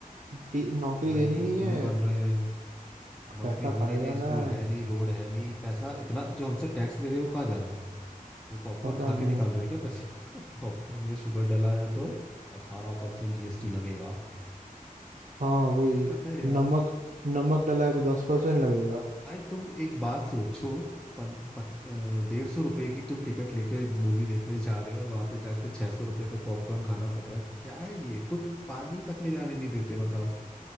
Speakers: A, on the right; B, in the centre.
A: टी- नौकरी
B: ना
A: देनी
B: इनसे
A: नहीं
B: स्कूल
A: है
B: बन रहे हैं नौकरी
A: पैसा
B: हो
A: खाया
B: नहीं
A: जाना
B: रही स्कूल
A: है
B: है नहीं रोड है नहीं पैसा इतना जो हमसे टैक्स ले रहे हैं वो कहाँ जा रहा है वो पॉपकॉर्न
A: पता
B: खा के
A: नहीं
B: निकाल रहे हैं क्या पैसा <laughs> पॉपकॉर्न में शुगर डला है तो अठारह परसेंट जीएसटी लगेगा
A: हाँ
B: <laughs>
A: वही
B: अबे यार
A: नमक नमक डला है तो दस परसेंट लगेगा
B: भाई तुम एक बात सोचो पन, पत, अ, डेढ़ सौ रुपए की तुम टिकट लेके मूवी देखने जा रहे हो और वहां पे जाके छह सौ रुपए का पॉपकॉर्न खाना पड़ रहा है क्या है ये कुछ पानी तक ले जाने नहीं देते बताओ